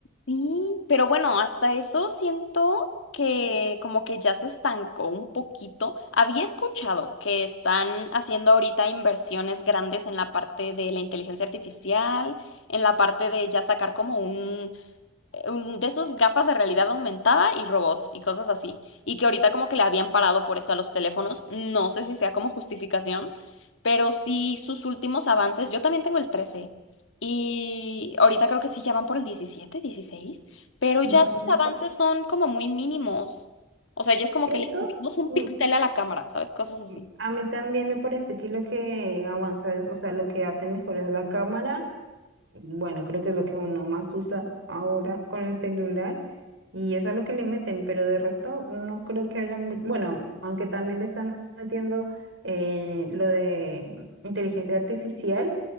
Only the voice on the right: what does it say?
imagínate,
¿cierto?
Mm,
mm, A mí también me parece que lo que avanza es, o sea, lo que hacen mejor es la cámara bueno, creo que es lo que uno más usa ahora con el celular y eso es lo que le meten, pero de resto no creo que haya, mu- bueno, aunque también le están metiendo eh, lo de inteligencia artificial,